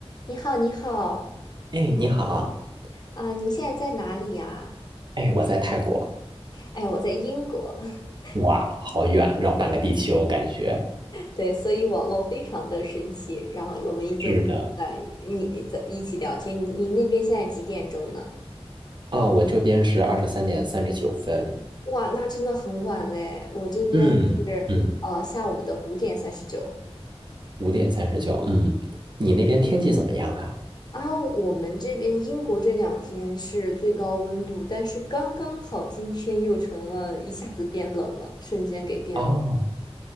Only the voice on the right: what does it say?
哎，你好，
哎，我在泰国，
哇，好远，绕半个地球，感觉
是的。
哦，我这边是二十三点三十九分，
嗯嗯，五点三十九，嗯，你那边天气怎么样啊？
哦，